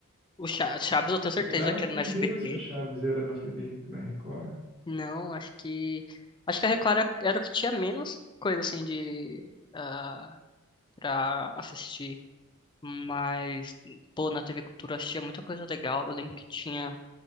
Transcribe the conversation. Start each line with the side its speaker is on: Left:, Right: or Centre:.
Left: o Cha- Chaves eu tenho certeza
Right: Eu jurava
Left: que
Right: por
Left: era no SBT.
Right: Deus que o Chaves era na TV, na Record.
Left: Não, acho que. Acho que a Record era, era o que tinha menos coisa assim de. ah pra assistir. Mas, pô, na TV Cultura eu assistia muita coisa legal. Eu lembro que tinha